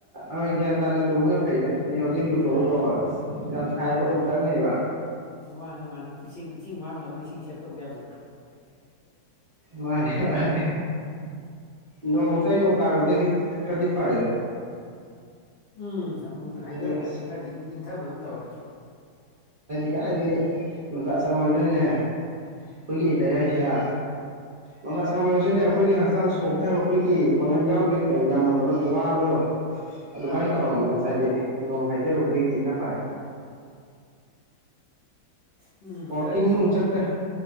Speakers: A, on the right (about 75°); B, on the left (about 85°).
A: ꯍꯣꯏ ꯒ꯭ꯌꯥꯟ ꯇꯥꯅ ꯂꯨꯕꯅ ꯐꯩꯗ ꯍꯥꯏꯗꯤ ꯍꯧꯖꯤꯛ ꯂꯨꯊꯣꯛꯑꯣ
B: ꯑꯥ
A: ꯑꯁ ꯌꯥꯝ ꯁꯥꯏꯕ ꯑꯣꯝꯆꯥꯛꯅꯩꯕ
B: ꯃꯥꯅꯦ ꯃꯥꯅꯦ ꯏꯁꯤꯡ ꯏꯁꯤꯡ ꯏꯁꯤꯡ ꯁꯦꯞ ꯇꯧꯗ ꯌꯥꯄꯣꯠꯇꯦ
A: ꯃꯥꯅꯤ ꯃꯥꯅꯤ ꯅꯣꯡ ꯉꯁꯥꯏ ꯅꯣꯡ ꯇꯥꯔꯨꯕꯗꯩꯗꯤ ꯈꯔꯗꯤ ꯐꯔꯦꯗ
B: ꯎꯝ ꯑꯗꯨꯝ ꯍꯩꯊꯔꯨꯕꯗꯒꯤ
A: ꯑꯗꯨ ꯑꯁ
B: ꯈꯔꯗꯤ ꯏꯪꯊꯕꯗꯧ ꯇꯧꯋꯦ
A: ꯀꯥꯏꯗꯩ ꯅꯨꯡꯁꯥ ꯁꯃꯟꯗꯅꯅꯦ ꯑꯩꯈꯣꯏꯒꯤ ꯀꯩ ꯍꯥꯏꯁꯤꯔ ꯅꯨꯡꯁꯥ ꯁꯥꯃꯟꯂꯁꯨꯅꯦ ꯑꯩꯈꯣꯏꯒꯤ ꯍꯛꯆꯥꯡ ꯆꯣꯛꯊꯕ ꯑꯩꯈꯣꯏꯒꯤ ꯄꯥꯒꯜ ꯌꯥꯎꯗꯕꯩ ꯌꯥꯝ ꯀꯩꯅꯣ ꯋꯥꯕꯗꯣ ꯑꯗꯨꯃꯥꯏꯅ
B: ꯑꯥ
A: ꯇꯧꯔꯝꯕꯅꯦ ꯉꯁꯥꯏꯗꯤ ꯅꯣꯡ ꯍꯥꯏꯗꯔꯨꯕꯗꯒꯤꯗꯤ ꯈꯔ ꯐꯔꯦ
B: ꯎꯝ
A: ꯋꯥꯛꯀꯤꯡ
B: ꯈꯔꯗꯤ
A: ꯅꯨꯡ ꯆꯠꯇ꯭ꯔꯦ